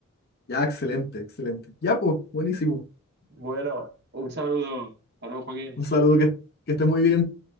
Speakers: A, on the left; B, on the right.
A: Ya, excelente, excelente. Ya, pues, buenísimo.
B: Bueno, un saludo. Hasta luego, Joaquín.
A: Un saludo, que, que estés muy bien.